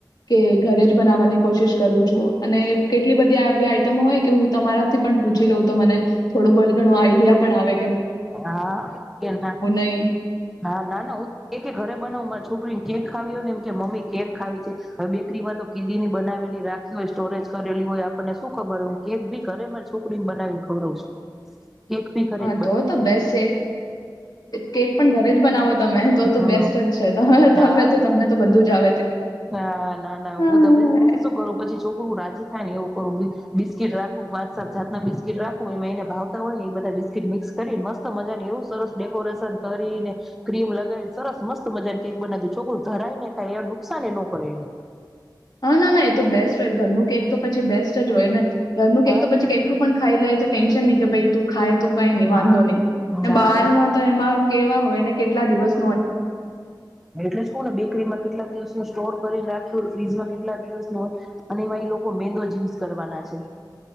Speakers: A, on the left; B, in the centre.
A: કે ઘરે જ બનાવવાની કોશિશ કરું છું. અને કેટલી બધી આવી આઈટમો હોય કે હું તમારાથી પણ પૂછી લઉ તો મને થોડું બધું ઘણું આઈડિયા પણ અવે
B: હા કે ના.
A: નહીં
B: ના ના હું <unintelligible> ઘરે બનાવ માર છોકરી કેક ખાવી હોય ને એમ કે મમ્મી કેક ખાવી છે. હવે બેકરીમાં તો કેદીની બનાવેલી રાખી હોય સ્ટોરેજ કરેલી હોય આપડને શું ખબર હોય. હું કેક ભી ઘરે માર છોકરીન બનાવીને ખવડાઉં છું. કેક બી કરે
A: હા તો તો બેસ્ટ છે. કેક પણ ઘરે જ બનાવો તમે તો તો
B: હમ
A: બેસ્ટ જ છે. તમાર તમે
B: હા
A: તો તમને તો બધું જ આવ
B: હા ના ના હું
A: હા,
B: <unintelligible> હું તો શું કરુ પછી છોકરુ રાજી થાય ને એવું કરું. બિસ્કીટ રાખું પાંચ સાત જાતના બિસ્કીટ રાખુ. એમાં એને ભાવતા હોય ને એ બધાય બિસ્કીટ મિક્સ કરી મસ્ત મજાની એવું સરસ ડેકોરેશન કરીને ક્રીમ લગાવીને સરસ મસ્ત મજા ન કેક બનાવ દઉ છોકરું ધરાયને ખાય એ શાને ન કરે એને
A: અ ના ના એ તો બેસ્ટ રેય. ઘરનું કેક તો પછી બેસ્ટ જ હોય ને ઘરનું કેક
B: હા
A: તો પછી કેટલું પણ ખાઈલાઈ તો ટેન્શ તને કે ભઈ તું ખાય તો કઈ નઈ વાંધો
B: હા
A: નહી ને
B: ના
A: બહાર
B: એમ
A: માં તો એમાં કેવા હોય ને કેટલા દિવસ
B: એટલે જ કોઉ ને બેકરીમાં કેટલા દિવસનું સ્ટોર કરીને રાખું ફ્રીજમાં કેટલા દિવસ ન હોય અને એમાં એ લોકો મેંદો જ યુઝ કરવાના છે.